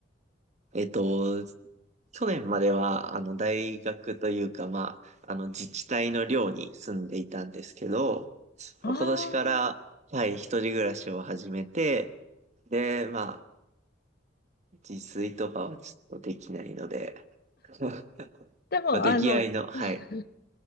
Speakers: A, on the right; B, on the left.
A: えっと、去年までは、あの、大学というか、まあ、あの、自治体の寮に住んでいたんですけど、今年から、
B: ああ、
A: はい、一人暮らしを始めて、で、まあ、自炊とかはちょっとできないので、<laughs> ま
B: でも、
A: あ出来合いの、
B: あの、
A: はい。
B: <laughs>